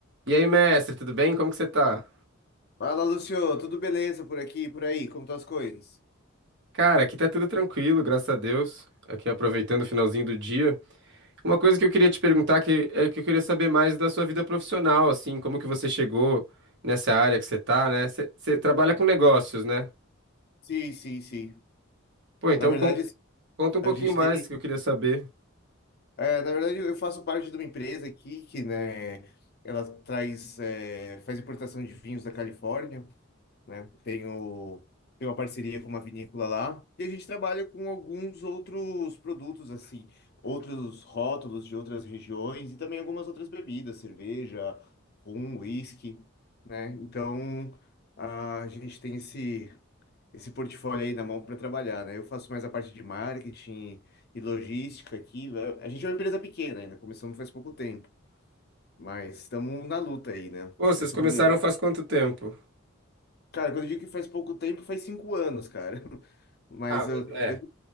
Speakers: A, on the right; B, on the left.
A: E aí, mestre, tudo bem? Como que você tá?
B: Fala, Lucio, tudo beleza por aqui, e por aí? Como estão as coisas?
A: Cara, aqui tá tudo tranquilo, graças a Deus. Aqui aproveitando o finalzinho do dia. Uma coisa que eu queria te perguntar que é que eu queria saber mais da sua vida profissional, assim, como que você chegou nessa área que você tá, né? Você você trabalha com negócios, né?
B: Sim, sim, sim.
A: Pô, então
B: Na verdade,
A: con- conta um pouquinho
B: a gente
A: mais
B: tem.
A: que eu queria saber.
B: é, na verdade, eu faço parte de uma empresa aqui que, né, ela traz, é, faz importação de vinhos da Califórnia, né? Tenho, tenho uma parceria com uma vinícola lá e a gente trabalha com alguns outros produtos, assim, outros rótulos de outras regiões e também algumas outras bebidas, cerveja, rum, whisky, né? Então, a gente tem esse. esse portfólio aí na mão para trabalhar, né? Eu faço mais a parte de marketing e logística aqui. né? A gente é uma empresa pequena ainda, começamos faz pouco tempo, mas estamos na luta aí, né?
A: Pô, vocês
B: Eu sou
A: começaram
B: publi...
A: faz quanto tempo?
B: Cara, quando eu digo que faz pouco tempo, faz cinco anos, cara. <laughs> Mas
A: Ah, mas
B: eu,
A: é.
B: eu,